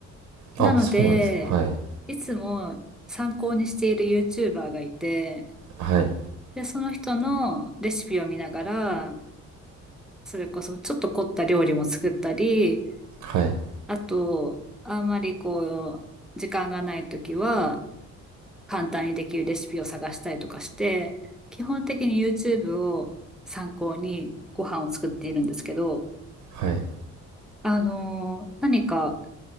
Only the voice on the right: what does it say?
あ、そうなんですか。はい。
はい。
はい。
はい。